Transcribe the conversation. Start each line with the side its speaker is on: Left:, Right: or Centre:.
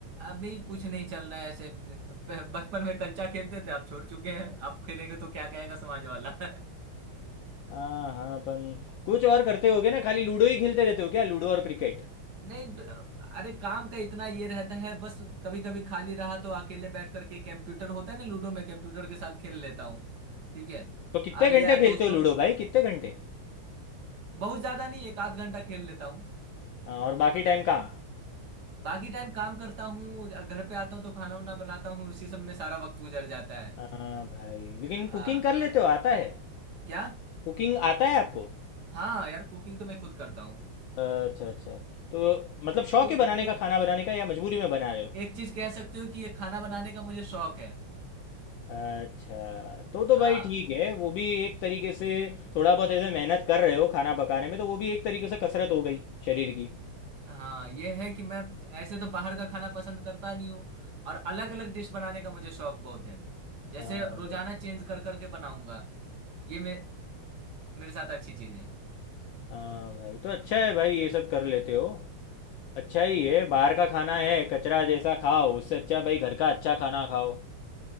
Right: अभी कुछ नहीं चल रहा है ऐसे ब- बचपन में कंचा खेलते थे आप छोड़ चुके हैं आप खेलेंगे तो क्या कहेगा समाज वाला <laughs>
Left: हाँ हाँ अपन कुछ और करते होगे ना खाली लूडो ही खेलते रहते हो क्या लूडो और क्रिकेट
Right: नहीं ड- अरे काम का इतना ये रहता है बस कभी कभी खाली रहा तो अकेले बैठ करके कंप्यूटर होता है ना लूडो में कंप्यूटर के साथ खेल लेता हूँ ठीक है
Left: तो कितने
Right: और या
Left: घंटे खेलते
Right: दोस्तों
Left: हो लूडो भाई कितने घंटे
Right: बहुत ज्यादा नहीं एक आध घंटा खेल लेता हूँ।
Left: हाँ और बाकी टाइम काम
Right: बाकी टाइम काम करता हूँ घर पे आता हूँ तो खाना वाना बनाता हूँ उसी सब में सारा वक्त गुजर जाता है
Left: हाँ भाई लेकिन
Right: हाँ
Left: कुकिंग कर लेते
Right: ए-
Left: हो आता है
Right: क्या
Left: कुकिंग आता है आपको
Right: हाँ यार कुकिंग तो मैं खुद करता हूँ
Left: अच्छा अच्छा तो मतलब शौक
Right: तुम
Left: है बनाने
Right: तुम
Left: का खाना बनाने का या मजबूरी में बना रहे हो
Right: एक चीज कह सकते हो कि ये खाना बनाने का मुझे शौक है
Left: अच्छा तो तो
Right: हाँ
Left: भाई ठीक है वो भी एक तरीके से थोड़ा बहुत ऐसे मेहनत कर रहे हो खाना पकाने में तो वो भी एक तरीके से कसरत हो गई शरीर की
Right: हाँ ये है कि मैं ऐसे तो बाहर का खाना पसंद करता नहीं हूँ और अलग अलग डिश बनाने का मुझे शौक बहुत है जैसे
Left: हाँ
Right: रोजाना
Left: भाई
Right: चेंज कर करके बनाऊंगा ये मे, मेरे साथ अच्छी चीज है
Left: हाँ भाई तो अच्छा है भाई ये सब कर लेते हो अच्छा ही है बाहर का खाना है कचरा जैसा खाओ उससे अच्छा भाई घर का अच्छा खाना खाओ